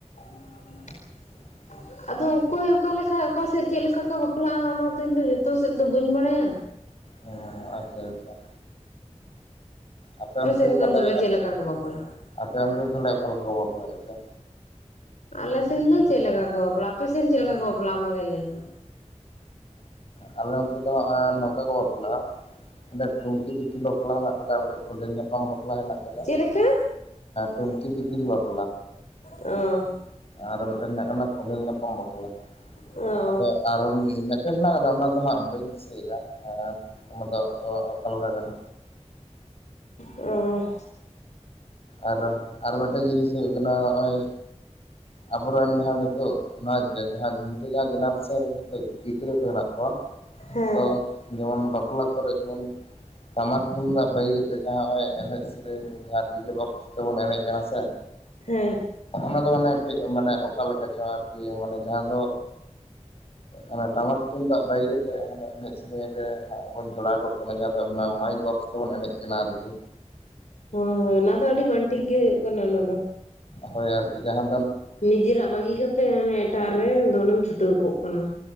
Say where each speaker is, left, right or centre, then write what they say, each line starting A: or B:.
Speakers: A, on the left; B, on the left.
A: <unintelligible>
B: <inaudible>
A: ᱟᱫᱚ ᱚᱠᱚᱭ ᱚᱠᱟ ᱞᱮᱠᱟ ᱚᱠᱟᱥᱮᱫ ᱪᱮᱫ ᱞᱮᱠᱟ ᱠᱚ ᱵᱟᱯᱞᱟᱜᱼᱟ ᱚᱱᱟᱛᱮ ᱤᱧᱫᱚ ᱡᱚᱛᱚ ᱥᱮᱫ ᱫᱚ ᱵᱟᱹᱧ ᱵᱟᱲᱟᱭᱟ
B: ᱚ ᱟᱪᱪᱷᱟ ᱟᱪᱪᱷᱟ ᱟᱯᱮ ᱚᱱᱛᱮ
A: ᱥᱮᱱ
B: ᱫᱚ ᱛᱟᱦᱞᱮ
A: ᱛᱚᱵᱮ ᱪᱮᱫ ᱞᱮᱠᱟ ᱠᱚ ᱵᱟᱯᱞᱟᱜᱼᱟ
B: ᱟᱯᱮ ᱚᱱᱛᱮ ᱫᱚ ᱛᱟᱦᱞᱮ ᱚᱠᱟᱞᱮᱠᱟ ᱵᱟᱯᱞᱟᱜ ᱜᱮᱭᱟ
A: ᱟᱞᱮ ᱥᱮᱱ ᱫᱚ ᱪᱮᱫ ᱞᱮᱠᱟ ᱠᱚ ᱵᱟᱯᱞᱟ-ᱟ ᱟᱯᱮ ᱥᱮᱱ ᱪᱮᱫ ᱞᱮᱠᱟ ᱠᱚ ᱵᱟᱯᱞᱟ-ᱟ ᱟᱢ ᱟᱜᱮ ᱞᱟᱹᱭ ᱢᱮ
B: ᱟᱞᱮ ᱱᱚᱛᱮ ᱫᱚ ᱦᱟᱸᱜ ᱱᱚᱝᱠᱟ ᱠᱚ ᱵᱟᱯᱞᱟᱜᱼᱟ ᱚᱸᱰᱮ ᱴᱩᱝ ᱴᱩᱝᱠᱤ ᱫᱤᱯᱤᱞ ᱵᱟᱯᱞᱟ ᱦᱮᱱᱟᱜ ᱟᱠᱟᱫᱟ ᱚᱸᱰᱮ ᱠᱚᱸᱰᱮᱞ ᱧᱟᱯᱟᱢ ᱵᱟᱯᱞᱟ ᱦᱮᱱᱟᱜ ᱟᱠᱟᱫᱟ
A: ᱪᱮᱫ ᱞᱮᱠᱟ
B: ᱴᱩᱝᱠᱤ ᱫᱤᱯᱤᱞ ᱵᱟᱯᱞᱟ
A: ᱚ
B: ᱟᱨ ᱢᱤᱫᱴᱮᱱ ᱦᱩᱭᱩᱜ ᱠᱟᱱᱟ ᱠᱚᱸᱰᱮᱞ ᱧᱟᱯᱟᱢ ᱵᱟᱯᱞᱟ
A: ᱚ
B: ᱟᱫᱚ ᱟᱨᱚ ᱢᱮᱴᱮᱱ ᱦᱮᱱᱟᱜ ᱟᱠᱟᱫᱟ ᱚᱱᱟ ᱫᱚ ᱦᱟᱸᱜ ᱵᱟᱹᱧ ᱫᱤᱥᱟᱹᱭᱮᱫᱼᱟ ᱟᱢ ᱫᱚ ᱚᱠᱟ ᱞᱮᱠᱟ ᱠᱟᱱᱟ
A: ᱚ
B: ᱟᱨᱚ ᱟᱨ ᱢᱤᱫᱴᱮᱱ ᱡᱤᱱᱤᱥ ᱦᱩᱭᱩᱜ ᱠᱟᱱᱟ ᱱᱚᱜᱼᱚᱭ ᱟᱵᱚᱨᱮᱱ ᱡᱟᱦᱟᱸ ᱱᱤᱛᱚᱜ ᱚᱱᱟ ᱱᱤᱛᱚᱜ ᱡᱟᱦᱟᱸ ᱡᱮᱱᱟᱨᱮᱥᱚᱱ ᱨᱮᱱ ᱱᱤᱛᱚᱜ ᱜᱤᱫᱽᱨᱟᱹ ᱠᱚ ᱦᱮᱱᱟᱜ ᱠᱚᱣᱟ
A: ᱦᱮᱸ
B: ᱛᱚ ᱡᱮᱢᱚᱱ ᱵᱟ ᱵᱟᱯᱞᱟ ᱠᱚᱨᱮ ᱡᱮᱢᱚᱱ ᱴᱟᱢᱟᱠ ᱛᱩᱢᱫᱟᱹᱜ ᱵᱟᱜᱤ ᱠᱟᱛᱮ ᱡᱟᱦᱟᱸ ᱱᱚ-ᱚᱭ ᱮᱱᱮᱡ ᱥᱮᱨᱮᱧ ᱡᱟᱦᱟᱸ ᱰᱤᱡᱮ ᱵᱚᱠᱥ <unintelligible> ᱛᱮ ᱵᱚᱱ ᱤᱱᱮᱡ ᱠᱟᱱᱟ ᱥᱮ
A: ᱦᱮᱸ
B: ᱚᱱᱟ ᱫᱚ ᱢᱟᱱᱮ ᱠᱟᱹᱡ ᱢᱟᱱᱮ ᱚᱠᱟ ᱞᱮᱠᱟ ᱪᱚᱝ ᱟᱨᱠᱤ ᱢᱟᱱᱮ ᱡᱟᱦᱟᱸ ᱫᱚ ᱚᱱᱟ ᱴᱟᱢᱟᱠ ᱛᱩᱢᱫᱟᱹᱜ ᱵᱟᱹᱜᱤ ᱠᱟᱛᱮᱜ ᱦᱟᱱᱮ ᱮᱱᱮᱡ ᱥᱮᱨᱮᱧ ᱨᱮ ᱵᱚᱱ ᱡᱚᱲᱟᱣ ᱠᱚᱜ ᱠᱟᱱᱟ ᱡᱟᱦᱟᱸ ᱫᱚ ᱢᱟᱭᱤᱠ ᱵᱚᱠᱥ ᱛᱮᱵᱚᱱ ᱮᱱᱮᱡ ᱠᱟᱱᱟ ᱟᱨᱠᱤ
A: ᱦᱳᱭ ᱦᱳᱭ ᱚᱱᱟ ᱫᱚ ᱟᱹᱰᱤ ᱵᱟᱝ ᱴᱷᱤᱠ ᱜᱮ ᱦᱩᱭᱩᱜ ᱠᱟᱱᱟ ᱚᱱᱟ ᱫᱚ
B: ᱦᱳᱭ ᱟᱨᱠᱤ ᱡᱟᱸᱦᱟ
A: ᱱᱤᱡᱮᱨᱟᱜ ᱵᱟᱹᱜᱤ ᱠᱟᱛᱮᱜ ᱦᱟᱱᱮ ᱮᱴᱟᱜ ᱨᱮ ᱫᱚᱱᱮᱢ ᱪᱷᱩᱴᱟᱹᱣ ᱠᱚᱜ ᱠᱟᱱᱟ